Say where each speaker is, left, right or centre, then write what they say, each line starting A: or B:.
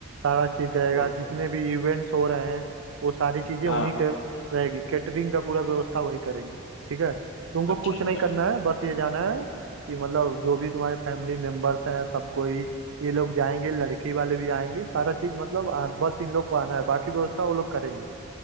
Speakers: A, on the right (about 70°); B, on the left (about 60°).
A: सारा चीज रहेगा
B: हम्म,
A: जितने भी इवेंट्स हो रहे हैं वो सारी चीजें
B: हाँ
A: उन्हीं
B: हाँ।
A: के रहेगी कैटरिंग का पूरा व्यवस्था वही करेंगे ठीक है तुमको
B: अच्छा
A: कुछ
B: अच्छा
A: नहीं करना है बस ये जाना है कि मतलब जो भी तुम्हारे फैमिली मेंबर्स हैं सब कोई ये लोग जाएंगे लड़की वाले भी आएंगे सारा चीज मतलब आ, बस इन लोग को आना है बाकी व्यवस्था वो लोग करेंगे